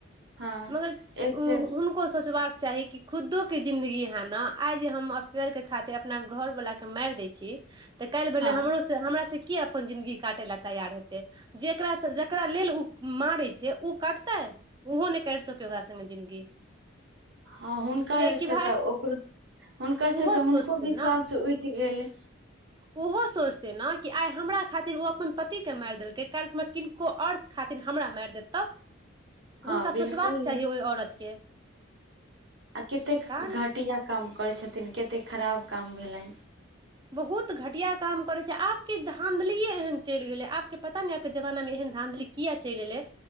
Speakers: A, on the right (about 60°); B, on the right (about 20°).
A: हँ
B: मगर
A: एक
B: हुनको
A: से
B: सोचबाक चाही की खुदोके जिन्दगी अहाँ न आइ जे हम अफेयरके खातिर अपना घर वलाके मार दै छी काल्हि भने
A: हँ
B: हमरो से हमरासँ से कियो अपन जिंन्दगी काटय लए तैयार हेतै जेकरासँ जेकरा लेल ऊ मारै छै ओ कटतै ओहो ने फेर सँ कैया ओकरा संगे जिन्दगी
A: हँ हुनकर
B: कियकि
A: से
B: भाय
A: तऽ ओकरो हुनकर से
B: ओहो
A: तऽ
B: सोचतै
A: हुनको विश्वास उठ गेलै
B: ऊहो सोच त ना कि आइ हमरा खातिर ओ अपन पति के मारि देलकै काल्हि मे किनको आओर खातिर हमरा मार देत तब तऽ
A: हँ
B: हुनका
A: बिलकुल
B: सोचबाक चाही ओह औरत के
A: आ कतेक
B: नहि
A: घटिया काम करैत छथिन कतेक खराब काम भेलै
B: बहुत घटिया काम करैत छै आबके धाँधलिए एहन चलि गेलै आबके पता नहि आबके जमानामे एहन धाँधली। किया चैल अयलै